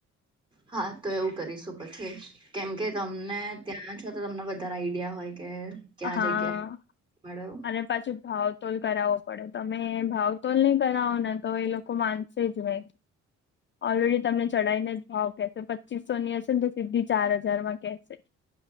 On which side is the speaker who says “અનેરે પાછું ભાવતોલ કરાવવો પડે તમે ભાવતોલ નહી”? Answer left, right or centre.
Left